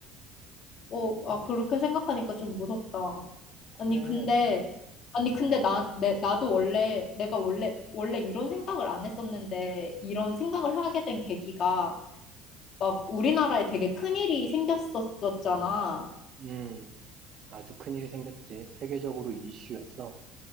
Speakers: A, on the left; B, on the right.
A: 어, 아, 그렇게 생각하니까 좀 무섭다.
B: 그래.
A: 아니, 근데, 아니, 근데 나, 내, 나도 원래, 내가 원래, 원래 이런 생각을 안 했었는데, 이런 생각을 하게 된 계기가 막 우리나라에 되게 큰일이 생겼었잖아.
B: 음, 아주 큰일이 생겼지. 세계적으로 이슈였어.